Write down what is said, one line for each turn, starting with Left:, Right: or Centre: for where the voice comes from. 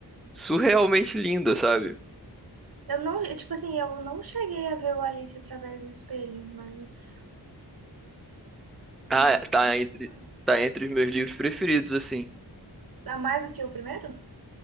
Centre: surrealmente linda, sabe?
Right: Eu não, eu, tipo assim, eu não cheguei a ver o Alice através do espelho, mas,
Centre: Ah,
Right: mas
Centre: tá
Right: parece
Centre: entre
Right: ser massa.
Centre: tá entre os meus livros preferidos, assim.
Right: Ah, mais do que o primeiro?